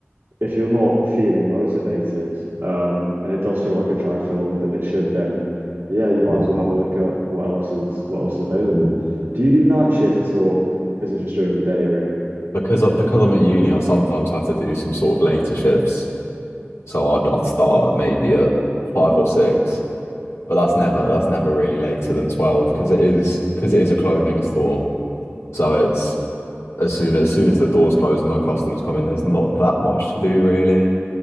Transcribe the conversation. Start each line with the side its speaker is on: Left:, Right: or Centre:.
Right: if you're not feeling motivated, um, and it does feel like a drag for longer than it should, then yeah, you might
Left: mm,
Right: as well have a look at what else is what else is available.
Left: mm.
Right: Do you do night shifts or is it just during the day, really?
Left: Because I, because I'm at uni, I sometimes have to do some sort of later shifts. So I'd I'd start at maybe at five or six, but that's never that's never really later than twelve because it is because it is a clothing store. So it's as soon as soon as the doors close and no customers come in, there's not that much to do really.